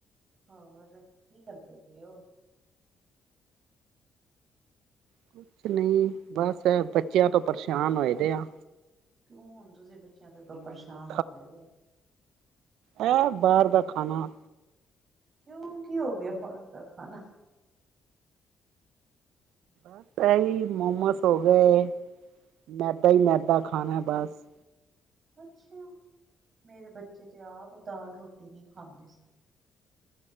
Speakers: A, on the right (about 45°); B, on the right (about 80°).
A: ਹੋਰ ਕੀ ਕਰਦੇ ਪਏ ਓ
B: ਕੁਛ ਨਹੀਂ ਬਸ ਬੱਚਿਆਂ ਤੋਂ ਪਰੇਸ਼ਾਨ ਹੋਏ ਦੇ ਆਂ
A: ਕਿਉਂ ਹੁਣ ਤੁਸੀਂ ਬੱਚਿਆਂ ਤੋਂ ਕਿਓਂ
B: ਮੋਮੋਸ
A: ਪਰੇਸ਼ਾਨ ਹੋ ਪਏ ਹੋ
B: ਐ ਬਾਹਰ ਦਾ ਖਾਣਾ
A: ਕਿਉਂ ਕੀ ਹੋ ਗਿਆ ਬਾਹਰ ਦਾ ਖਾਣਾ
B: ਬਸ ਇਹੀ ਮੋਮੋਸ ਹੋ ਗਏ ਮੈਦਾ ਈ ਮੈਦਾ ਖਾਣਾ ਬਸ
A: ਅੱਛਾ ਮੇਰੇ ਬੱਚੇ ਤੇ ਆਪ ਦਾਲ ਰੋਟੀ ਨਹੀਂ ਖਾਂਦੇ ਸਨ